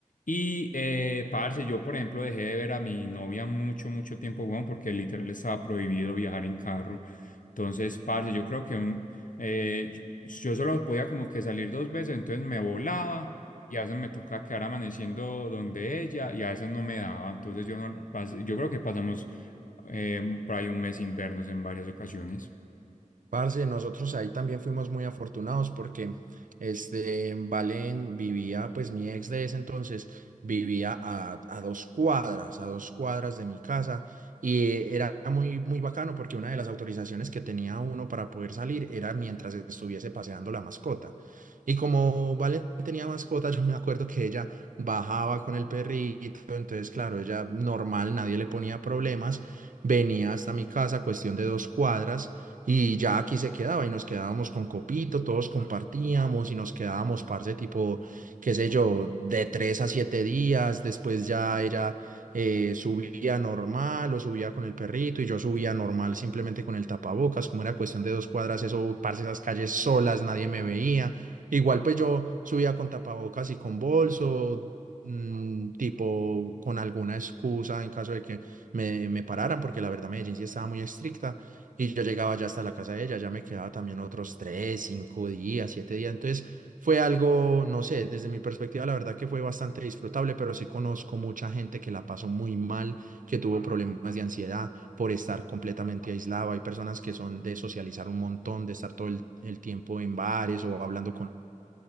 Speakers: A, on the left; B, on the right.
A: Y, eh, parce, yo, por ejemplo, dejé de ver a mi novia mucho, mucho tiempo, weón, porque literal estaba prohibido viajar en carro. Entonces, parce, yo creo que un, eh, yo yo solo podía como que salir dos veces, entonces me volaba y a veces me tocaba quedar amaneciendo donde ella y a veces no me daba. Entonces, yo, no, pas- yo creo que pasamos eh, por ahí un mes sin vernos en varias ocasiones.
B: Parce, nosotros ahí también fuimos muy afortunados porque este, en Valen vivía, pues mi ex de ese entonces vivía a, a dos cuadras, a dos cuadras de mi casa y era muy, muy bacano porque una de las autorizaciones que tenía uno para poder salir era mientras estuviese paseando la mascota. Y como Valen tenía mascota, <laughs> yo me acuerdo que ella bajaba con el perrito, entonces claro, ella normal, nadie le ponía problemas, venía hasta mi casa, cuestión de dos cuadras y ya aquí se quedaba y nos quedábamos con copito, todos compartíamos y nos quedábamos, parce, tipo, qué sé yo, de tres a siete días. Después ya ella eh, subía normal o subía con el perrito y yo subía normal simplemente con el tapabocas. Como era cuestión de dos cuadras, eso, parce, esas calles solas, nadie me veía. Igual pues yo subía con tapabocas y con bolso, mm, tipo, con alguna excusa en caso de que me, me pararan, porque la verdad Medellín sí estaba muy estricta y yo llegaba ya hasta la casa de ella, ya me quedaba también otros tres, cinco días, siete días. Entonces fue algo, no sé, desde mi perspectiva, la verdad que fue bastante disfrutable, pero sí conozco mucha gente que la pasó muy mal, que tuvo problemas de ansiedad por estar completamente aislado. Hay personas que son de socializar un montón, de estar todo el, el tiempo en bares o hablando con